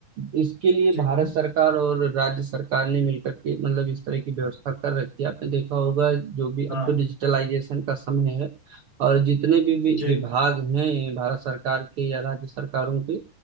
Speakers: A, on the right (about 80°); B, on the left (about 25°).
A: इसके लिए
B: ठीक
A: भारत
B: बोलिए
A: सरकार और राज्य सरकार ने मिलकर के मतलब इस तरह की व्यवस्था कर रखी है आपने देखा होगा जो भी
B: हाँ
A: अब तो डिजिटलाइजेशन का समय है और जितने भी वि-
B: जी
A: विभाग हैं भारत सरकार के या राज्य सरकारों के